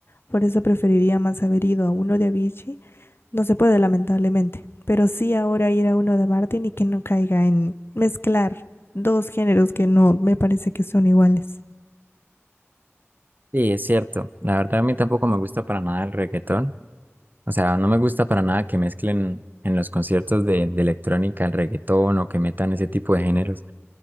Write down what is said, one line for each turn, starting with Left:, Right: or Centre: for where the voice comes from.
Left: Por eso preferiría más haber ido a uno de Avicii. No se puede, lamentablemente, pero sí ahora ir a uno de Martin y que no caiga en mezclar dos géneros que no me parece que son iguales.
Right: Sí, es cierto. La verdad a mí tampoco me gusta para nada el reggaetón. O sea, no me gusta para nada que mezclen en los conciertos de, de electrónica el reggaetón o que metan ese tipo de géneros